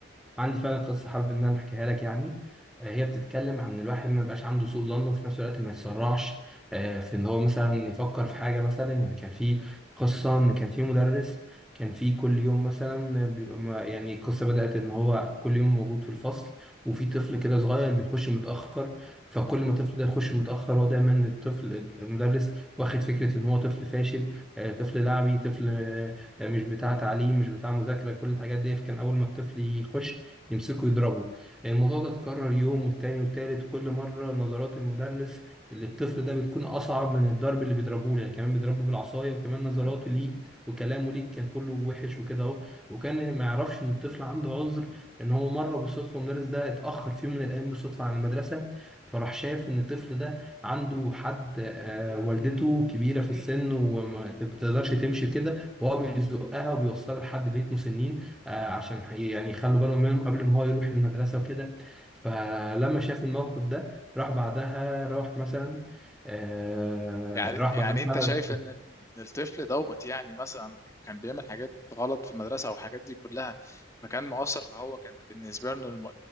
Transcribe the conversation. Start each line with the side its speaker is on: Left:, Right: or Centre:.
Centre: عندي فعلا قصة حابب إن أنا أحكيها لك يعني آه، هي بتتكلم عن إن الواحد ما يبقاش عنده سوء ظن وفي نفس الوقت ما يتسرعش آه، في إن هو مثلا يفكر في حاجة مثلا يعني كان في قصة إن كان في مدرس كان في كل يوم مثلا بيبقى ما يعني القصة بدأت إن هو كل يوم موجود في الفصل وفي طفل كده صغير بيخش متأخر فكل ما الطفل ده يخش متأخر هو دايما الطفل المدرس واخد فكرة إن هو طفل فاشل آه، طفل لعبي طفل آه، مش بتاع تعليم مش بتاع مذاكرة كل الحاجات دي فكان أول ما الطفل يخش يمسكوا يضربوا الموضوع ده اتكرر يوم والتاني والتالت وكل مرة نظرات المدرس للطفل ده بتكون أصعب من الضرب اللي بيضربه له يعني كمان بيضربه بالعصاية وكمان نظراته ليه وكلامه ليه كان كله وحش وكده أهو وكان ما يعرفش إن الطفل عنده عذر إن هو مرة بالصدفة المدرس ده اتأخر في يوم من الأيام بالصدفة عن المدرسة فراح شاف إن الطفل ده عنده حد آه، والدته كبيرة في السن وما بتقدرش تمشي كده وهو بيزقها وبيوصلها لحد بيت مسنين آه، عشان حي- يعني يخلوا بالهم منهم قبل ما هو يروح المدرسة وكده فلما شاف الموقف ده راح بعدها راح مثلا آه،
Left: يعني
Centre: راح
Left: يعني
Centre: بعدها
Left: انت شايف ان إن الطفل دوت يعني مثلا كان بيعمل حاجات غلط في المدرسه والحاجات دي كلها فكان مؤثر فهو كان بالنسبه له الم-